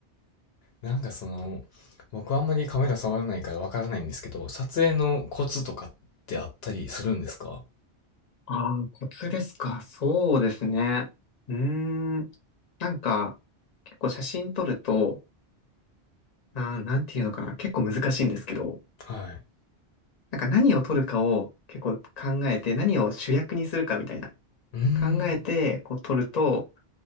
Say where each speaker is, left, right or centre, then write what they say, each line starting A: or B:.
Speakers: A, on the left; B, on the left.
A: なんかその、僕あんまりカメラ触らないからわからないんですけど、撮影のコツとかってあったりするんですか
B: ああ、コツですか。そうですね。うーん。なんか、結構写真撮ると、あー、なんていうのかな。結構難しいんですけど、
A: はい。
B: なんか何を取るかを結構考えて、何を主役にするかみたいな
A: うーん。
B: 考えてこう撮ると